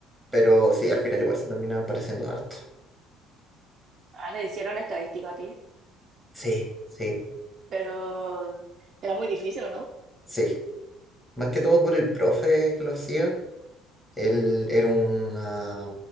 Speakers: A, in the centre; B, on the right (about 35°).
A: pero sí, al final igual se terminaba pareciendo harto.
B: Ah, le hicieron estadística a ti,
A: Sí, sí,
B: pero era muy difícil, ¿o no?
A: sí. Más que todo por el profe que lo hacía Él era una